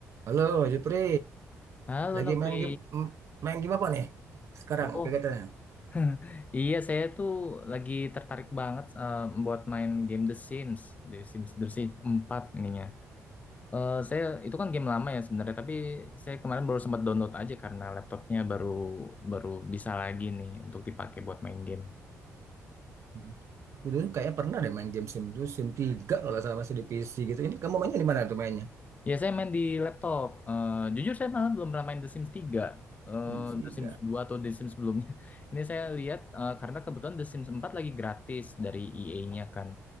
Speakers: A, on the right (about 60°); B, on the left (about 25°).
A: Halo, Jupri.
B: Halo
A: Lagi
B: Nopri.
A: main game m- main game apa nih? Sekarang
B: Oh,
A: kegiatannya.
B: <laughs> iya saya tuh lagi tertarik banget eh, buat main game The Sims, The Sims, The Sims 4 ininya. Eh, saya itu kan game lama ya sebenarnya, tapi saya kemarin baru sempat download aja karena laptopnya baru baru bisa lagi nih untuk dipakai buat main game.
A: Hmm. Aku dulu kayaknya pernah deh main game Sim 2, Sim 3 kalau nggak salah masih di PC gitu. Ini kamu mainnya di mana tuh mainnya?
B: Ya, saya main di laptop. Eh, jujur saya malah belum pernah main The Sims 3. Eh,
A: Sim tiga,
B: The Sims 2 atau The Sims sebelumnya. <laughs> Ini saya lihat eh, karena kebetulan The Sims 4 lagi gratis dari EA-nya kan.